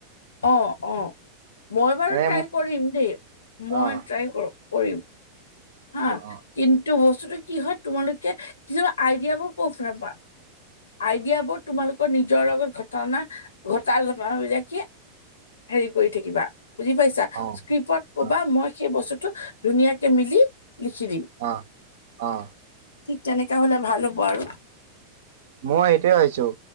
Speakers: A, on the left; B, on the right.
A: অ' - অ', মই বাৰু
B: মানে
A: ট্ৰাই কৰিম দেই। মই
B: অ',
A: ট্ৰাই কৰোঁ- কৰিম হা,
B: অ', অ',
A: কিন্তু বস্তুটো কি হয়, তোমালোকে কিছুমান আইডিয়াবোৰ ক <unintelligible> আইডিয়াবোৰ তোমালোকৰ নিজৰ লগত ঘটনা- ঘটা ঘটনাবিলাকে হেৰি কৰি থাকিবা, বুজি পাই ছা?
B: অ',
A: স্ক্ৰিপত কবা,
B: অ',
A: মই সেই বস্তুটো ধুনীয়াকে মিলি লিখি দিম।
B: অ' - অ'।
A: ঠিক তেনেকা হ'লে ভাল হ'ব আৰু।
B: মই সেইটোৱে ভাবিছোঁ।